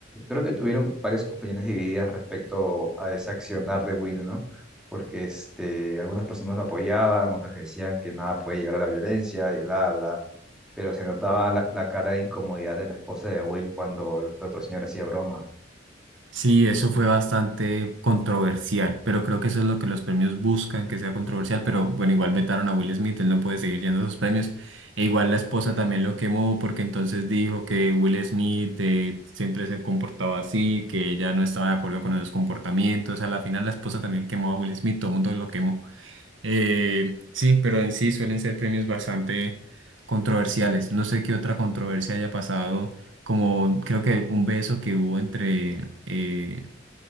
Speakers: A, in the centre; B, on the right.
A: Creo que tuvieron varias opiniones divididas respecto a ese accionar de Will, ¿no? Porque este, algunas personas lo apoyaban, otras decían que nada puede llegar a la violencia y bla, bla. Pero se notaba la, la cara de incomodidad de la esposa de Will cuando el otro señor hacía broma.
B: Sí, eso fue bastante controversial, pero creo que eso es lo que los premios buscan, que sea controversial, pero bueno, igual vetaron a Will Smith, él no puede seguir yendo a esos premios, e igual la esposa también lo quemó porque entonces dijo que Will Smith eh, siempre se comportaba así, que ella no estaba de acuerdo con esos comportamientos, a la final la esposa también quemó a Will Smith, todo el mundo lo quemó. Eh, sí, pero en sí suelen ser premios bastante controversiales. No sé qué otra controversia haya pasado, como creo que un beso que hubo entre, eh,